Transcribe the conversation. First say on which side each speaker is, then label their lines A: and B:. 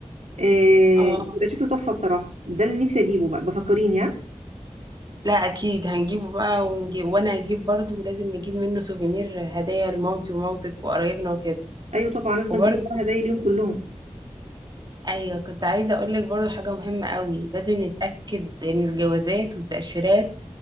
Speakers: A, on the right; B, on the right.
A: آه
B: اه
A: بيبقى شكله تحفه بصراحه ده اللي نفسي اجيبه بقى بفكريني ها
B: لا اكيد هنجيبه بقى ونجيب وانا هجيب برضه ولازم نجيب منه سوفينير هدايا لمامتي ومامتك وقرايبنا وكده
A: ايوه طبعا لازم
B: وبرضه
A: اجيب الورا هدايا اليوم كلهم
B: ايوه كنت عايزه اقول لك برضو حاجه مهمه قوي لازم نتاكد من الجوازات والتاشيرات